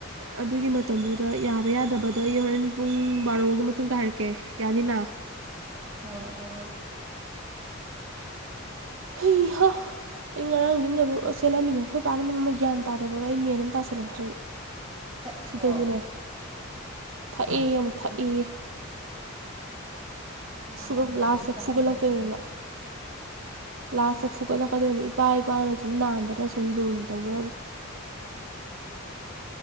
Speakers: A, on the right (about 65°); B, on the right (about 20°).
A: ꯑꯗꯨꯒꯤ ꯃꯇꯝꯗꯨꯗ ꯌꯥꯕ ꯌꯥꯗꯕꯗꯣ ꯑꯩ ꯍꯣꯔꯦꯟ ꯄꯨꯡ ꯕꯥꯔꯣꯒꯤ ꯃꯇꯨꯡꯗ ꯍꯥꯏꯔꯛꯀꯦ ꯌꯥꯅꯤꯅ
B: ꯋꯥꯏ ꯍꯥꯏꯔꯣ
A: ꯍꯩꯍ ꯑꯩ ꯉꯔꯥꯡ ꯌꯨꯝꯗ <unintelligible> ꯆꯦꯜꯂꯝꯃꯤꯅꯦ ꯑꯩꯈꯣꯏ ꯄꯥꯅ <unintelligible> ꯒ꯭ꯌꯥꯟ ꯇꯥꯗꯕꯒ ꯑꯩ ꯃꯦꯟ ꯑꯃ ꯇꯥꯁꯤꯜꯂꯛꯇ꯭ꯔꯦ
B: ꯊꯛꯏꯕꯣ
A: ꯁꯤꯗꯁꯨꯅꯦ ꯊꯛꯏ ꯑꯃꯨꯛ ꯊꯛꯏ
B: ꯃꯣꯏ
A: <unintelligible>
B: ꯌꯨ ꯉꯥꯎꯕꯁꯤꯗꯤ
A: ꯂꯥꯁꯇ
B: ꯀꯃꯥꯏꯅ
A: ꯐꯨꯒꯠꯂꯛꯇꯣꯏꯕꯃ
B: ꯇꯧꯅꯤ
A: ꯂꯥꯁꯇ ꯐꯨꯒꯠꯂꯛꯀꯗꯣꯏꯅꯤ ꯏꯄꯥ ꯏꯄꯥꯅ ꯁꯨꯝ ꯅꯥꯟꯗꯅ ꯁꯨꯝ ꯂꯨꯅ ꯇꯧꯕꯔꯕ꯭ꯔꯣ